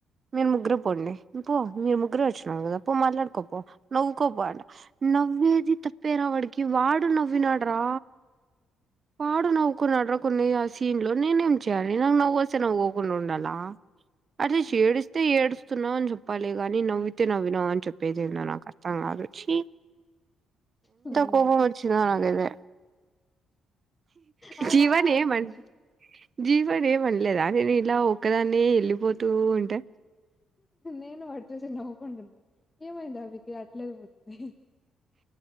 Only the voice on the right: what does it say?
మీరు ముగ్గురే పోండి. పో మీర్ ముగ్గురే ఒచ్చిన్నార్ గదా, పో మాట్లాడుకోపో, నవ్వుకోపో అంట నవ్వేది తక్ పేరావాడికి వాడు నవ్వినాడ్రా, వాడు నవ్ కున్నాడ్రా కొన్ని ఆ సీన్ లో, నేనేం చేయాలి నాకు నవ్వోస్ తే నవ్వు ఉకున్ ఉండాల, అట్లా చేది ఏడిస్తే ఏడుస్ స్తున్నావు అని జెప్పాలి గాని, నవ్వితే నవ్వినావ్ అని చెప్పేది ఏందో నాకు అర్థం కాదు చీ
కోపం ఒచ్చినా అనేదే
జీవన్
ఏమన్ జీవన్ ఏమనలేదానే నేన్ ఇలా ఒక్కదాన్నే ఎళ్ళిపోతూ ఉంటే